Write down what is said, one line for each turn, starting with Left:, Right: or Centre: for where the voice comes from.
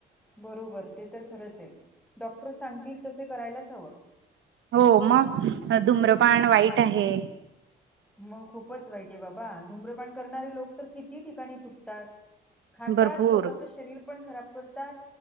Centre: बरोबर ते तर खरंच आहे. डॉक्टर सांगतील तसे करायलाच हवं.
Right: हो. मग धुम्रपान वाईट आहे.
Centre: मग खूपच वाईट आहे. बाबा, धूम्रपान करणारे लोक तर किती ठिकाणी थूकतात. खातात.
Right: भरपूर
Centre: स्वतःच शरीर पण खराब करतात.